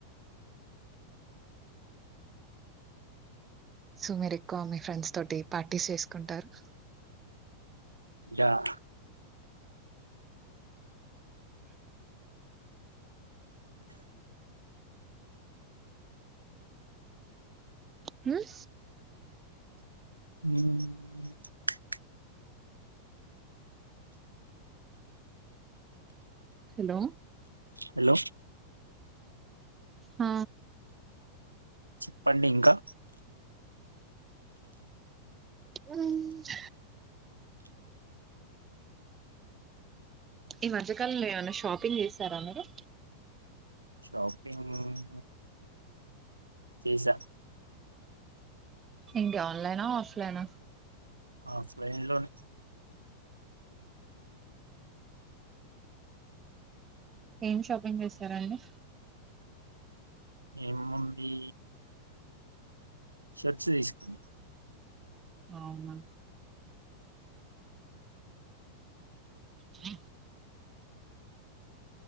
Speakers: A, on the right (about 20°); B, on the right (about 85°).
A: సో మీరు ఎక్కువ మీ ఫ్రెండ్స్ తోటి పార్టీస్ చేసుకుంటారు
B: య ా
A: హ్మ్
B: హ
A: హలో
B: హలో
A: హ
B: చెప్పండి ఇంకా
A: హుమ్ ఈ మధ్యకాలంలో ఏమైనా షాపింగ్ చేసారా మీరు
B: షోపింగ్ చేసా
A: ఎంటి ఆన్లైనా ఆఫ్లైనా
B: ఆఫ్లైన్లై
A: ఏం షాపింగ్ చేసరండి
B: ఏముంది షాట్స్ తీసుకున్న
A: అవునా హ